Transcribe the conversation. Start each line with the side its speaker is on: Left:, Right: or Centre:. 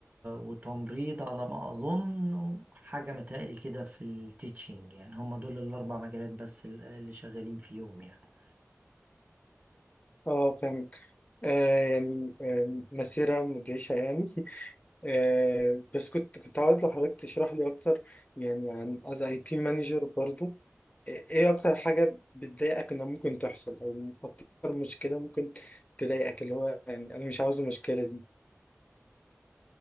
Right: وتمريض على ما أظن وحاجة متهيألي كده في التيتشنج يعني هم دول الأربع مجالات بس اللي شغالين فيهم يعني
Left: اه فاهمك آه يعني آه مسيرة مدهشة يعني <laughs> آه بس كنت كنت عاوز لو حضرتك تشرح لي أكتر يعني عن از اي تي مانجر برضو آه، ايه أكتر حاجة بتضايقك إنها ممكن تحصل أو أكتر مشكلة ممكن تضايقك اللي هو يعني أنا مش عاوز المشكلة دي